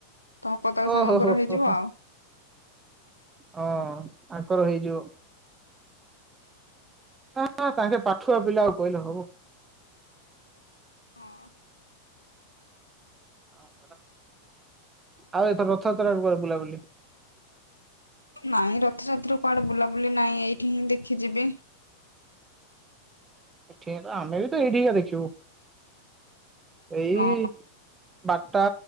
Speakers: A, on the left (about 85°); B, on the right (about 15°).
A: ତମ ପତଳା
B: ଓହୋ
A: ସାଙ୍ଗଙ୍କର
B: ହୋ
A: ହେଇଯିବ
B: ହୋ
A: ଆଉ।
B: ହଁ ଆଙ୍କର ହେଇଯିବ। ହଁ ତାଙ୍କେ ପାଠୁଆ ପିଲା କହିଲେ ହବ।
A: ହଁ
B: ହବ। ଆଉ ଏଥର ରଥଯାତ୍ରାରେ କୁଆଡ଼େ ବୁଲାବୁଲି?
A: ନାଇଁ ରଥଯାତ୍ରା କୁଆଡେ ବୁଲାବୁଲି ନାହିଁ ଏଇଠି ହିଁ ଦେଖିଯିବି।
B: ଏଠି ତ ଆମେ ବି ତ ଏଇଠିକିକ ଦେଖିବୁ ଏଇ
A: ହଁ
B: ବା ବାରଟା